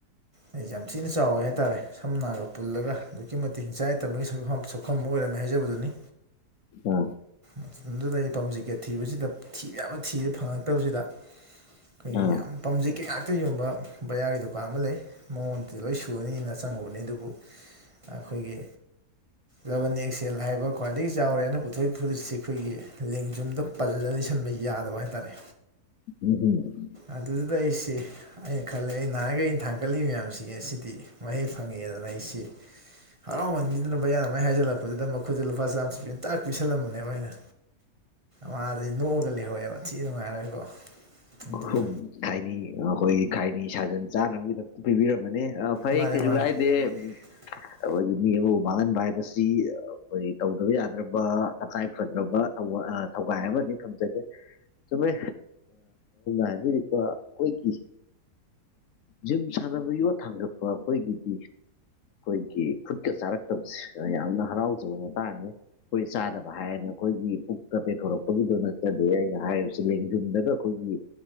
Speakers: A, on the right (about 30°); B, on the left (about 70°).
A: ꯑꯩꯁ ꯌꯥꯝ ꯊꯤꯅ ꯆꯥꯎꯋꯦ ꯍꯥꯏꯇꯥꯔꯦ ꯁꯝꯅ ꯍꯥꯏꯔꯒ ꯄꯨꯜꯂꯒ ꯑꯗꯨꯛꯀꯤ ꯃꯇꯤꯛ ꯍꯤꯡꯆꯥꯏꯇꯝꯕꯒꯤ ꯁꯛꯐꯝꯕ ꯑꯣꯏꯔꯝꯃꯦ ꯍꯥꯏꯖꯕꯗꯨꯅꯤ
B: ꯑ
A: ꯃꯇꯝꯗꯨꯗ ꯑꯩ ꯄꯥꯝꯖꯒꯦ ꯊꯤꯕꯁꯤꯗ ꯊꯤꯕ ꯌꯥ ꯐꯪꯉꯛꯇꯕꯁꯤꯗ ꯑꯩꯈꯣꯏꯒꯤ
B: ꯑ
A: ꯌꯥꯝ ꯄꯥꯝꯖꯩꯀꯩ ꯉꯥꯛꯇ ꯌꯣꯟꯕ ꯕꯌꯥꯔꯒꯤ ꯗꯨꯀꯥꯟ ꯑꯃ ꯂꯩ ꯃꯉꯣꯟꯗꯗꯤ ꯂꯣꯏ ꯁꯨꯨꯔꯅꯤꯅ ꯆꯪꯉꯨꯕꯅꯤ ꯑꯗꯨꯕꯨ ꯑꯩꯈꯣꯏꯒꯤ ꯔꯕꯟ ꯑꯦꯛꯁꯦꯜ ꯍꯥꯏꯕ ꯈ꯭ꯋꯥꯏꯗꯒꯤ ꯆꯥꯎꯔꯦꯅ ꯄꯨꯊꯣꯛꯏ ꯐꯨꯔꯤꯠꯁꯤ ꯑꯩꯈꯣꯏꯒꯤ ꯂꯦꯡꯖꯨꯝꯗ ꯄꯜꯂ ꯂꯩꯁꯟꯕ ꯌꯥꯗꯕ ꯍꯥꯏꯇꯥꯔꯦ
B: ꯎꯝ ꯍꯨꯝ
A: ꯑꯗꯨꯗꯨꯗ ꯑꯩꯁꯤꯦ ꯑꯩꯅ ꯈꯜꯂꯦ ꯑꯩꯅ ꯅꯍꯥꯟꯈꯩ ꯑꯩꯅ ꯊꯥꯡꯒꯠꯂꯤꯕ ꯃꯌꯥꯝꯁꯤꯒꯤ ꯑꯁꯤꯗꯤ ꯃꯍꯩ ꯐꯪꯉꯦꯗꯅ ꯑꯩꯁꯤꯦ ꯍꯔꯥꯎꯍꯟꯅꯤꯗꯨꯅ ꯃꯌꯥꯅ ꯃꯥꯏ ꯍꯥꯏꯖꯜꯂꯛꯄꯗꯨꯗ ꯃꯈꯣꯏꯗ ꯂꯨꯄꯥ ꯆꯥꯝꯃ ꯆ ꯄꯦꯟꯇꯥꯛ ꯄꯤꯤꯁꯜꯂꯝꯕꯅꯦꯕ ꯑꯩꯅ ꯃꯁ ꯅꯣꯛꯑꯒ ꯂꯩꯍꯧꯑꯦꯕ ꯊꯤ ꯅꯨꯡꯉꯥꯏꯔꯣꯏꯀꯣ ꯑꯗꯨꯅ
B: ꯑꯍꯨꯝ ꯈꯥꯏꯅꯤ ꯑꯩꯈꯣꯏꯒꯤ ꯈꯥꯏꯅꯤ ꯁꯥꯖꯟ ꯆꯥꯅꯕꯒꯤꯗ ꯄꯤꯕꯤꯔꯝꯃꯅꯦ ꯐꯩ
A: ꯃꯥꯅꯦ
B: ꯀꯩꯁꯨ
A: ꯃꯥꯅꯦ
B: ꯀꯥꯏꯗꯦ
A: <inaudible>
B: ꯑꯩꯈꯣꯏꯒꯤ ꯃꯤ ꯑꯃꯕꯨ ꯃꯥꯡꯍꯟꯕ ꯍꯥꯏꯕꯁꯤ ꯑꯩꯈꯣꯏ ꯇꯧꯗꯕ ꯌꯥꯗ꯭ꯔꯕ ꯇꯉꯥꯏ ꯐꯗ꯭ꯔꯕ ꯊꯧꯒꯥꯏ ꯑꯃꯗꯤ ꯊꯝꯖꯒꯦ ꯆꯨꯝꯃꯦ ꯑꯩꯈꯣꯏꯒꯤ ꯖꯤꯝ ꯁꯥꯟꯅꯕ ꯌꯣꯠ ꯊꯥꯡꯒꯠꯄ ꯑꯩꯈꯣꯏꯒꯤꯗꯤ ꯑꯩꯈꯣꯏꯒꯤ ꯈꯨꯨꯠꯀ ꯆꯥꯔꯛꯇꯕꯁꯤ ꯌꯥꯝꯅ ꯍꯔꯥꯎꯖꯕ ꯃꯇꯥꯡꯅꯤ ꯑꯩꯈꯣꯏ ꯆꯥꯗꯕ ꯍꯥꯏꯔꯅ ꯑꯩꯈꯣꯏꯒꯤ ꯄꯨꯛꯇ ꯄꯩꯊꯣꯔꯛꯄꯒꯤꯗꯣ ꯅꯠꯆꯗꯦ ꯑꯩꯅ ꯍꯥꯏꯔꯤꯕꯁꯤ ꯂꯦꯡꯖꯨꯝꯗꯒ ꯑꯩꯈꯣꯏꯒꯤ